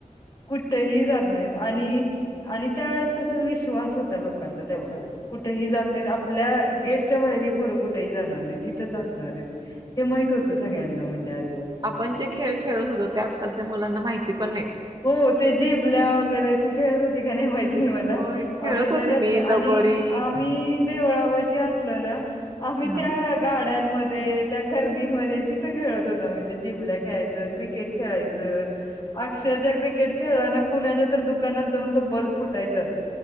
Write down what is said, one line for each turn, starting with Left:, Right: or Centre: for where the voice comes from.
Left: कुठही जात नाहीत आणि
Right: हो.
Left: आणि त्यावेेळेस कस विश्वास होता लोकांचा तेवढा. कुठेही जात नाहीत आपल्या गेटच्या बाहेरी पुरं कुठेही जाणार नाहीत हथच असणार आहेत. हे माहित होतं सगळ्यांना म्हणजे आज.
Right: पण जे खेळ खेळत होतो ते आजकालच्या मुलांना माहिती पण नाहीत.
Left: हो ते जेबल्या वगैरे तू खेळत होती का नाही माहित नाही मला
Right: होय खेळत
Left: आम्ही तररस्ते
Right: होते मी लगोरी
Left: आणि आम्ही देवळा पाशी असलो ना आम्ही
Right: हा
Left: त्या गाड्यांमध्ये त्या गर्दींमध्ये तिथं खेळत होत मी ते जिबल्या खेळायचं क्रिकेट खेळायचं. <unintelligible> अक्षरच्याः क्रिकेट खेळलाना कुणाच्या तर दुकानात जाऊन तो बल्ब फुटायचाच.